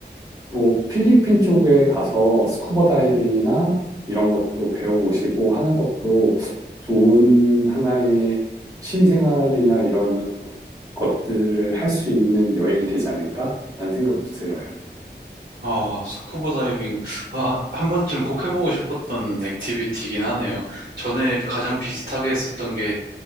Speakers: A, on the right; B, on the right.
A: 뭐 필리핀 쪽에 가서 스쿠버 다이빙이나 이런 것도 배워보시고 하는 것도 좋은 하나의 취미생활이나 이런 것들을 할 수 있는 여행이 되지 않을까? 라는 생각도 들어요.
B: 아, 스쿠버 다이빙. 아, 한 번쯤 꼭 해보고 싶었던 액티비티긴 하네요. 전에 가장 비슷하게 했었던 게